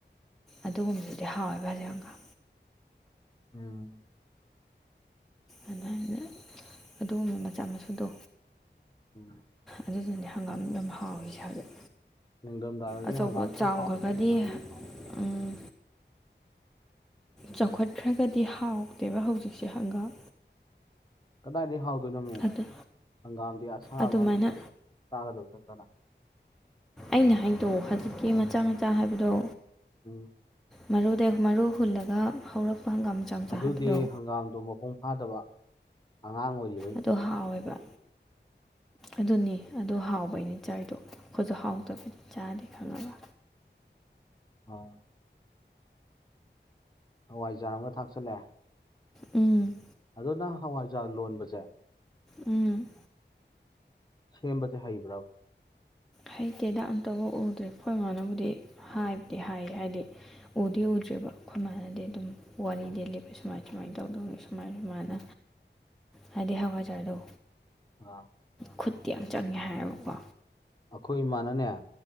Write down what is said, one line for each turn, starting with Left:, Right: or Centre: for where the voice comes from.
Centre: ꯑꯗꯨꯒꯨꯝꯕꯗꯨꯗꯤ ꯍꯥꯎꯋꯦꯕ ꯍꯧꯖꯤꯛ ꯍꯪꯒꯥꯝ
Left: ꯎꯝ
Centre: ꯑꯗꯨꯃꯥꯏꯅ ꯑꯗꯨꯒꯨꯝꯕꯥ ꯃꯆꯥ ꯃꯁꯨꯗꯣ
Left: ꯎꯝ
Centre: ꯑꯗꯨꯗꯨꯅꯤ ꯍꯪꯒꯥꯝ ꯌꯥꯝ ꯍꯥꯎꯔꯤꯁꯦ ꯍꯧꯖꯤꯛ
Left: ꯅꯤꯡꯊꯝꯊꯥꯗꯗꯤ
Centre: ꯑꯆꯧꯕ
Left: ꯍꯪꯒꯥꯝꯁꯦ
Centre: ꯆꯥꯎꯒ
Left: ꯍꯥꯎ
Centre: ꯕꯥꯗꯤ ꯎꯝ ꯆꯥꯎꯈꯠꯈ꯭ꯔꯥꯒꯥꯗꯤ ꯍꯥꯎꯇꯦꯕ ꯍꯧꯖꯤꯛꯁꯦ ꯍꯪꯒꯥꯝ
Left: ꯀꯗꯥꯏꯗꯩ ꯍꯥꯎꯗꯣꯏꯅꯣꯃꯤ
Centre: ꯑꯗꯨ
Left: ꯍꯪꯒꯥꯝꯗꯤ ꯑꯁꯥꯕ
Centre: ꯑꯗꯨꯃꯥꯏꯅ
Left: ꯃꯇꯝꯗꯥ ꯆꯥꯒꯗꯧꯖꯨ ꯅꯠꯇꯅ
Centre: ꯑꯩꯅ ꯍꯥꯏꯗꯣ ꯍꯧꯖꯤꯛꯀꯤ ꯃꯆꯥ ꯃꯆꯥ ꯍꯥꯏꯕꯗꯣ
Left: ꯎꯝ
Centre: ꯃꯔꯨꯗꯩ ꯃꯔꯨ ꯍꯨꯜꯂꯥꯒ ꯍꯧꯔꯛꯄ‌‌ ꯍꯪꯒꯥꯝ ꯃꯆꯥ ꯃꯆꯥ
Left: ꯑꯗꯨꯗꯤ
Centre: ꯍꯥꯏꯕꯗꯣ
Left: ꯍꯪꯒꯥꯝꯗꯣ ꯃꯄꯨꯡ ꯐꯥꯗꯕ ꯑꯉꯥꯡ ꯑꯣꯏꯔꯤ
Centre: ꯑꯗꯨ ꯍꯥꯎꯋꯦꯕ ꯑꯗꯨꯅꯤ ꯑꯗꯨ ꯍꯥꯎꯕꯩꯅꯤ ꯆꯥꯏꯗꯣ ꯑꯈꯣꯏꯁꯨ ꯍꯥꯎꯇꯥꯕꯗꯤ ꯆꯥꯗꯦ ꯈꯪꯉꯥꯕꯥ
Left: ꯑꯣ ꯍꯋꯥꯏꯖꯥꯔ ꯑꯃꯥꯒꯥ ꯊꯥꯛꯆꯜꯂꯣ
Centre: ꯎꯝ
Left: ꯑꯗꯨ ꯅꯪ ꯍꯋꯥꯏꯖꯥꯔ ꯂꯣꯟꯕꯁꯦ
Centre: ꯎꯝ
Left: ꯁꯦꯝꯕꯖꯦ ꯍꯩꯕ꯭ꯔꯥꯕ
Centre: ꯍꯩꯇꯦꯗꯥ ꯑꯝꯇꯥꯕꯨꯛ ꯎꯗ꯭ꯔꯤ ꯑꯈꯣꯏ ꯃꯥꯅ ꯕꯨꯗꯤ ꯍꯥꯏꯕꯨꯗꯤ ꯍꯥꯏꯌꯦ ꯍꯥꯏꯗꯤ ꯎꯗꯤ ꯎꯗ꯭ꯔꯤꯕ ꯑꯈꯣꯏ ꯃꯥꯅꯥꯗꯤ ꯑꯗꯨꯝ ꯋꯥꯔꯤꯗꯤ ꯂꯤꯕ ꯁꯨꯃꯥꯏ ꯁꯨꯃꯥꯏꯅ ꯇꯧꯗꯧꯅꯤ ꯁꯨꯃꯥꯏ ꯁꯨꯃꯥꯥꯏꯅ ꯍꯥꯏꯗꯤ ꯍꯋꯥꯏꯖꯥꯔꯗꯣ
Left: ꯑꯥ
Centre: ꯈꯨꯠꯇꯤ ꯌꯥꯝ ꯆꯪꯉꯦ ꯍꯥꯏꯌꯦꯕꯀꯣ
Left: ꯑꯥꯈꯣꯏ ꯏꯃꯥꯅꯅꯦ